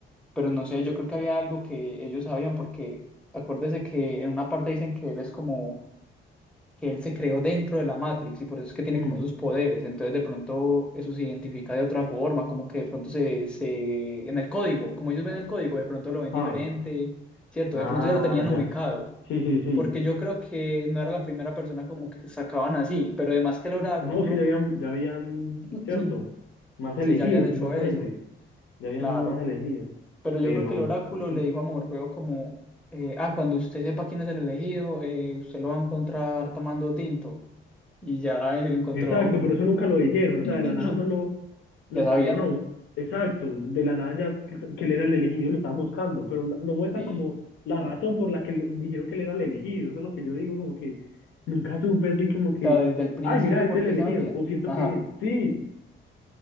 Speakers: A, in the centre; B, on the left.
A: Pero no sé, yo creo que había algo que ellos sabían, porque acuérdese que en una parte dicen que él es como que él se creó dentro de la Matrix y por eso es que tiene
B: ujú.
A: como esos poderes. Entonces de pronto eso se identifica de otra forma, como que de pronto se, se, en el código, como ellos ven el código, de pronto lo ven
B: Ah,
A: diferente, ¿cierto?
B: ah,
A: De pronto ya lo tenían
B: ya.
A: ubicado,
B: Sí, sí, sí.
A: porque yo creo que no era la primera persona como que sacaban así, pero además que el oráculo,
B: No, sí, ya habían, ya habían,
A: <clears throat>
B: cierto, más
A: sí,
B: elegidos,
A: ya habían hecho
B: supuestamente,
A: eso,
B: ya habían
A: claro.
B: más elegidos,
A: Pero
B: pero...
A: yo creo que el oráculo
B: pues,
A: le dijo a Morfeo como, eh, ah, cuando usted sepa quién es el elegido, eh, usted lo va a encontrar tomando tinto. Y ya, y se lo encontró.
B: Exacto, pero eso nunca lo dijeron, o
A: <clears throat>
B: sea, de la nada solo lo,
A: Ya
B: lo
A: sabían.
B: fueron a bus- Exacto, de la nada ya que que él era el elegido y lo estaban buscando, pero no, no muestran
A: Y,
B: como la razón por la que lo- dijeron que él era el elegido, eso es lo que yo digo, como que nunca supe así como que,
A: o sea, desde el principio,
B: ay, mira, este
A: por
B: es
A: qué
B: el elegido,
A: sabían?
B: o siento
A: Ajá.
B: que es, sí,